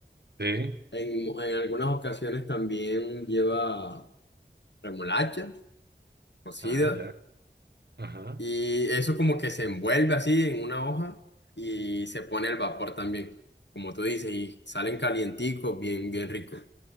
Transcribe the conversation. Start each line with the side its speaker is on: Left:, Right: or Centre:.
Right: sí.
Left: En, en algunas ocasiones también lleva remolacha cocida
Right: Ah, ya. Ajá.
Left: y eso como que se envuelve así en una hoja y se pone al vapor también, como tú dices, y salen calienticos, bien, bien ricos.